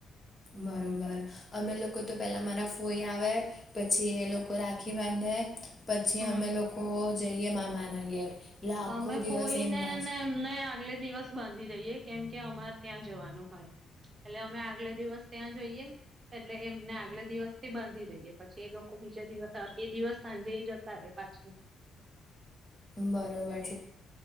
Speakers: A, on the left; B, on the right.
A: બરોબર અમે લોકો તો પેલા મારા ફોઈ આવે પછી એ લોકો રાખી બાંધે પછી
B: હમ
A: અમે લોકો જઈએ મામા ના ઘેર એટલે આખો
B: અમે
A: દિવસ
B: ફોઈને
A: એમમાં જ
B: ને એમને આગલે દિવસ બાંધી દઈએ કેમ કે અમારે ત્યાં જવાનું હોય એટલે અમે આગલે દિવસ ત્યાં જઈએ એટલે એમને આગલે દિવસથી બાંધી દઈ એ પછી એ લોકો બીજા દિવસ એ દિવસ સાંજે જ સાર પાંચમ
A: બરોબર છે